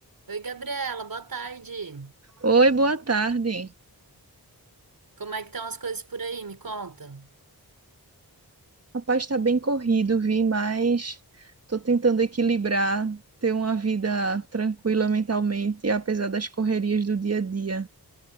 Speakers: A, on the right (about 60°); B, on the right (about 40°).
A: Oi, Gabriela, boa tarde.
B: Oi, boa tarde.
A: Como é que estão as coisas por aí? Me conta.
B: Rapaz, está bem corrido, vi, mas estou tentando equilibrar, ter uma vida tranquila mentalmente, apesar das correrias do dia a dia.